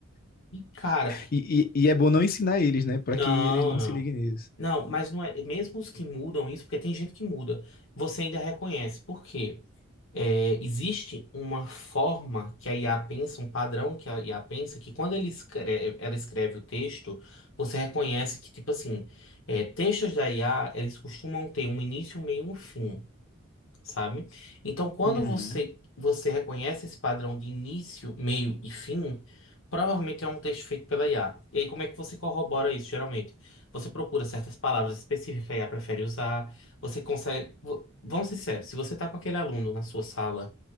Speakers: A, on the left; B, on the left.
A: De cara.
B: E, e, e é bom não ensinar eles, né? Pra
A: Não,
B: que eles não
A: não.
B: se liguem nisso.
A: Não, mas não é. Mesmo os que mudam isso, porque tem gente que muda, você ainda reconhece. Por quê? É, existe uma forma que a IA pensa, um padrão que a IA pensa, que quando ele escreve, ela escreve o texto, você reconhece que, tipo assim, é, textos da IA, eles costumam ter um início, um meio e um fim sabe? Então, quando
B: Uhum.
A: você você reconhece esse padrão de início, meio e fim, provavelmente é um texto feito pela IA. E aí, como é que você corrobora isso, geralmente? Você procura certas palavras específicas que a IA prefere usar, você consegue... v- Vamos ser sérios, se você está com aquele aluno na sua sala,